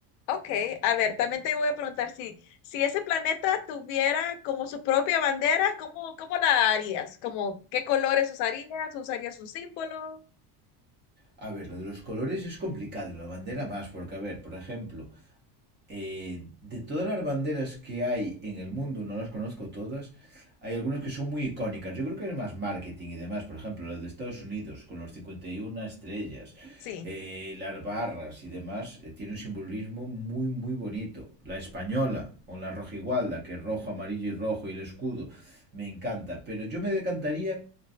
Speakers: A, on the left (about 70°); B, on the right (about 25°).
A: ok. A ver, también te voy a preguntar si, si ese planeta tuviera como su propia bandera, ¿cómo, cómo la harías? Como, ¿qué colores usarías? ¿Usarías un símbolo?
B: A ver, lo de los colores es complicado y la bandera más, porque, a ver, por ejemplo, eh, de todas las banderas que hay en el mundo, no las conozco todas, hay algunas que son muy icónicas. Yo creo que es más marketing y demás, por ejemplo, la de Estados Unidos con los 51 estrellas,
A: Sí.
B: eh, las barras y demás, eh, tiene un simbolismo muy, muy bonito. La española con la rojigualda, que es rojo, amarillo y rojo y el escudo, me encanta. Pero yo me decantaría,